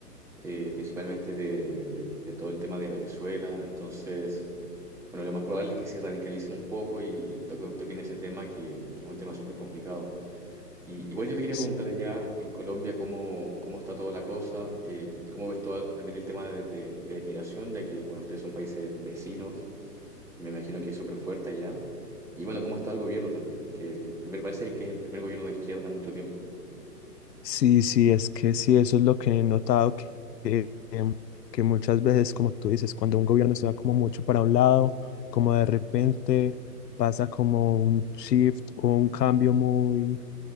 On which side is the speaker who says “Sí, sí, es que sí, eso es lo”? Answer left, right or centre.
Left